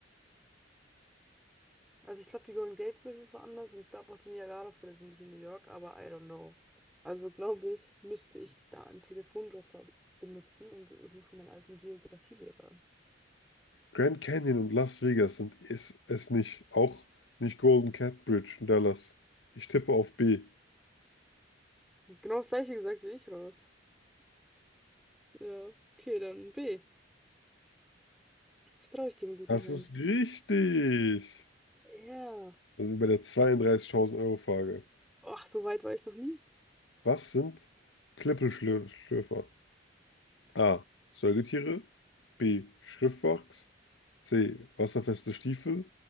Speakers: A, in the centre; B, on the left (about 75°).
A: Also ich glaube, die Golden Gate Bridge ist woanders und ich glaube auch die Niagara-Fälle sind nicht in New York, aber I don't know. Also glaube ich, müsste ich da einen Telefonjoker benutzen und rufe meinen alten Geografielehrer an.
B: Grand Canyon und Las Vegas sind es, es nicht. Auch nicht Golden Gate Bridge und Dallas. Ich tippe auf B.
A: Genau das gleiche gesagt wie ich, oder was? Ja, okay, dann B. Vertraue ich dem guten
B: Das
A: Herrn.
B: ist richtig.
A: Ja.
B: Da sind wir bei der zweiunddreißigtausend Euro Frage.
A: Ach, so weit war ich noch nie.
B: Was sind Klippelschlürfer? A. Säugetiere. B. Schriftwachs. C. Wasserfeste Stiefel.